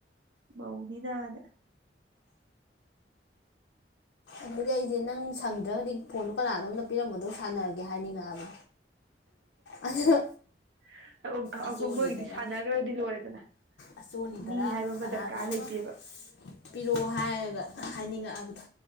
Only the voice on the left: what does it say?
ꯑꯗꯨꯒꯤ ꯑꯩꯁꯦ ꯅꯪ ꯁꯪꯗ꯭ꯔꯒꯗꯤ ꯐꯣꯟꯗꯣ ꯀꯅꯥꯅꯣꯝꯗ ꯄꯤꯔꯝꯃꯣ ꯑꯗꯨ ꯁꯥꯟꯅꯒꯦ ꯍꯥꯏꯅꯤꯡꯉꯛꯑꯕ ꯑꯗꯨ
ꯑꯆꯣꯂꯤꯗꯔ
ꯑꯆꯣꯂꯤꯗꯔ
ꯀꯅꯥꯗꯅꯣꯃ
ꯄꯤꯔꯛꯑꯣ ꯍꯥꯏꯔꯒ ꯍꯥꯏꯅꯤꯡꯉꯛꯑꯕꯗ